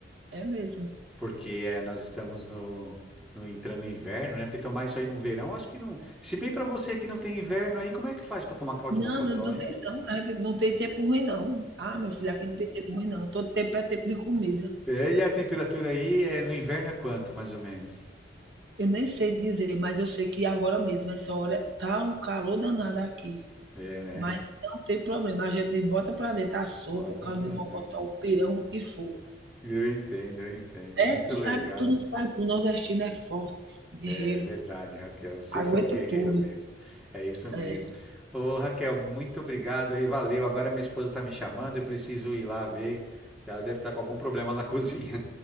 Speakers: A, on the right; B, in the centre.
A: é mesmo.
B: porque eh, nós estamos no, no entrando no inverno, né? Porque tomar isso aí no verão, acho que não. Se bem para você que não tem inverno aí, como é que faz para tomar caldo
A: Não,
B: de mocotó,
A: não, não
B: hein?
A: tem não. É, não tem tempo ruim, não. Ah, meu filho, aqui não tem tempo ruim, não. Todo tempo é tempo de comida.
B: É, e a temperatura aí é, no inverno é quanto, mais ou menos?
A: Eu nem sei dizer, mas eu sei que agora mesmo, essa hora, tá um calor danado aqui.
B: É, né?
A: Mas não tem problema, a gente bota pra dentro a sopa,
B: Bota,
A: o caldo
B: mano.
A: de mocotó, o pirão, o que for.
B: Eu entendo, eu entendo.
A: É,
B: Muito
A: tu
B: legal.
A: sabe, tu não sabe, o nordestino é forte, guerreiro,
B: É verdade, Raquel. Vocês
A: aguenta
B: são um guerreiro
A: tudo.
B: mesmo. É isso mesmo.
A: É.
B: Ô, Raquel, muito obrigado aí. Valeu. Agora minha esposa está me chamando. Eu preciso ir lá ver. Ela deve estar com algum problema na <laughs> cozinha.